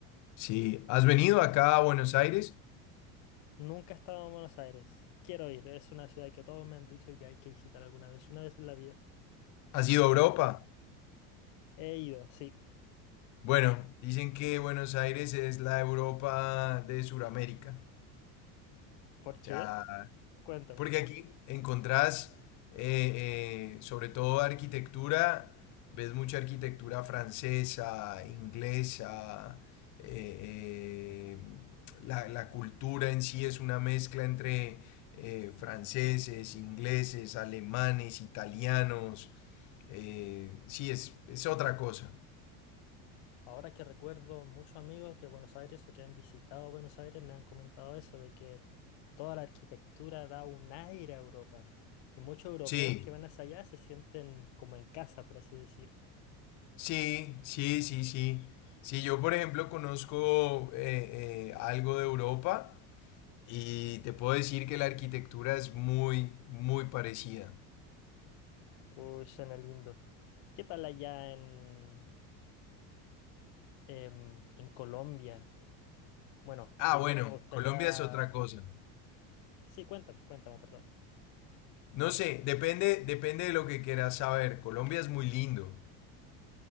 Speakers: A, on the left; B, on the left.
A: Sí, ¿has venido acá a Buenos Aires?
B: Nunca he estado en Buenos Aires. Quiero ir. Es una ciudad que todos me han dicho que hay que visitar alguna vez, una vez en la vida.
A: ¿Has ido a Europa?
B: He ido, sí.
A: Bueno, dicen que Buenos Aires es la Europa de Sudamérica.
B: ¿Por
A: O
B: qué?
A: sea,
B: Cuéntame.
A: porque aquí encontrás, eh, eh, sobre todo arquitectura, ves mucha arquitectura francesa, inglesa, eh, eh, la, la cultura en sí es una mezcla entre eh, franceses, ingleses, alemanes, italianos. eh, sí, es, es otra cosa.
B: Ahora que recuerdo, muchos amigos de Buenos Aires o que han visitado Buenos Aires me han comentado eso, de que toda la arquitectura da un aire a Europa. Y muchos europeos
A: Sí.
B: que van hacia allá se sienten como en casa, por así decir.
A: Sí, sí, sí, sí. Sí, yo por ejemplo conozco eh, eh, algo de Europa y te puedo decir que la arquitectura es muy, muy parecida.
B: Uy, suena lindo. ¿Qué tal allá en, em, en Colombia? Bueno,
A: Ah,
B: primero
A: bueno,
B: me gustaría...
A: Colombia es otra cosa.
B: Sí, cuéntame, cuéntame, perdón.
A: No sé, depende, depende de lo que quieras saber. Colombia es muy lindo.